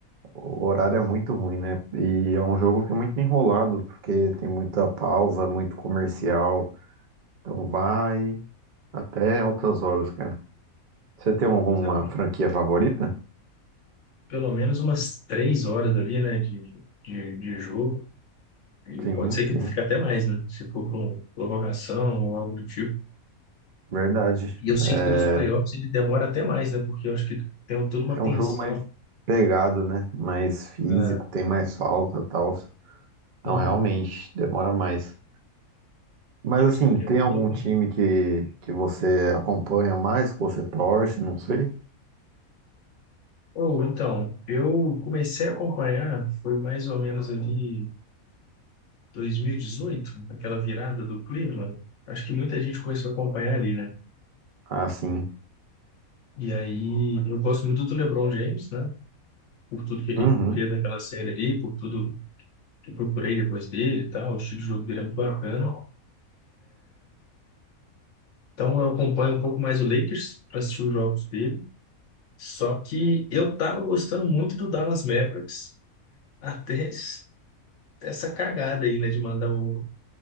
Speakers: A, on the right (about 50°); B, on the left (about 60°).
A: O horário é muito ruim, né? E é um jogo que é muito enrolado, porque tem muita pausa, muito comercial. Então vai até altas horas, cara. Você tem alguma
B: Pois é, pelo,
A: franquia favorita?
B: pelo menos umas três horas ali, né, de, de, de jogo. E
A: Sim,
B: pode ser que
A: sim,
B: fique até mais, né? Se for com prorrogação ou algo do tipo.
A: verdade.
B: E eu sinto
A: É,
B: que nos playoffs ele demora até mais, né? Porque eu acho que tem toda uma
A: é
B: tensão.
A: um jogo mais pegado, né? Mais físico,
B: Ah,
A: tem mais falta e tal. Então,
B: hum.
A: realmente, demora mais. Mas,
B: E
A: assim,
B: você perguntou?
A: tem algum time que, que você acompanha mais, que você torce, não sei?
B: Ou então, eu comecei a acompanhar, foi mais ou menos ali 2018, aquela virada do Cleveland. Acho que muita gente começou a acompanhar ali, né?
A: Ah, sim.
B: E aí, eu gosto muito do LeBron James, né? Por tudo que ele
A: Uhum.
B: fez naquela série ali, por tudo que eu procurei depois dele e tal. O estilo de jogo dele é muito bacana. Então, eu acompanho um pouco mais o Lakers para assistir os jogos dele. Só que eu tava gostando muito do Dallas Mavericks até es- essa cagada aí, né, de mandar o,